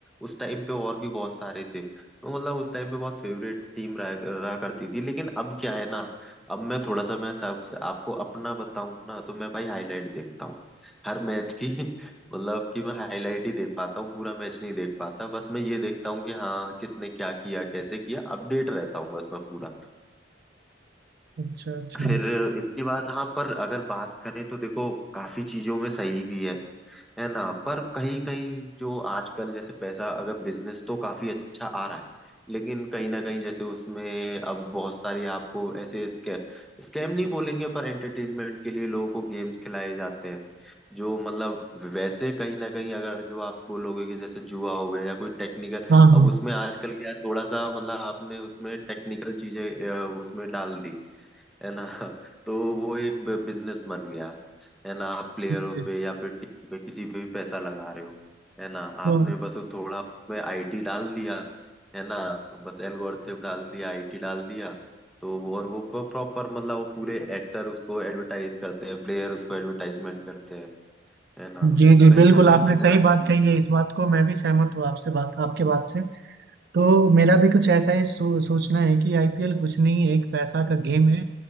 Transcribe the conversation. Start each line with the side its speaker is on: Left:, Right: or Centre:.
Centre: उस टाइम पे और भी बहुत सारे थे तो मतलब उस टाइम पे बहुत फेवरेट टीम रहा, रहा करती थी लेकिन अब क्या है ना अब मैं थोड़ा सा मैं सब आपको अपना बताऊं ना तो मैं भाई हाईलाइट देखता हूँ हर मैच की मतलब कि मैं हाईलाइट ही देख पाता हूँ पूरा मैच नहीं देख पाता बस मैं ये देखता हूँ कि हाँ किसने क्या किया कैसे किया अपडेट रहता हूँ बस मैं पूरा
Right: अच्छा अच्छा
Centre: फिर इसके बाद हाँ पर अगर बात करें तो देखो काफी चीजों में सही भी है है ना पर कहीं कहीं जो आजकल जैसे पैसा अगर बिजनेस तो काफी अच्छा आ रहा है लेकिन कहीं ना कहीं जैसे उसमें अब बहुत सारी आपको ऐसे स्कैम स्कैम नहीं बोलेंगे पर एंटरटेनमेंट के लिए लोगों को गेम्स खिलाए जाते हैं जो मतलब वैसे कहीं ना कहीं अगर जो आप बोलोगे कि जैसे जुआ हो गया या कोई टेक्निकल
Right: हाँ हाँ
Centre: अब उसमें आजकल क्या है थोड़ा सा मतलब आपने उसमें टेक्निकल चीजें अ, उसमें डाल दी है ना <laughs> तो वो एक बिजनेस बन गया है ना आप प्लेयरों
Right: जी
Centre: पे या फिर टीम पे किसी पे भी पैसा लगा रहे हो है ना
Right: तो
Centre: आपने बस वो थोड़ा उसमें आईटी डाल दिया है ना तो बस एल्गोरिथम डाल दिया आईटी डाल दिया तो वो- और वो प्रॉपर मतलब वो पूरे एक्टर उसको एडवर्टाइज करते हैं प्लेयर उसको एडवर्टाइजमेंट करते हैं है ना
Right: जी
Centre: तो
Right: जी
Centre: कहीं
Right: बिल्कुल
Centre: ना कहीं
Right: आपने
Centre: ये
Right: सही
Centre: गलत
Right: बात
Centre: भी
Right: कही
Centre: है
Right: है इस बात को मैं भी सहमत हूँ आपसे बात आपके बात से तो मेरा भी कुछ ऐसा ही सो, सोचना है कि आईपीएल कुछ नहीं एक पैसा का गेम है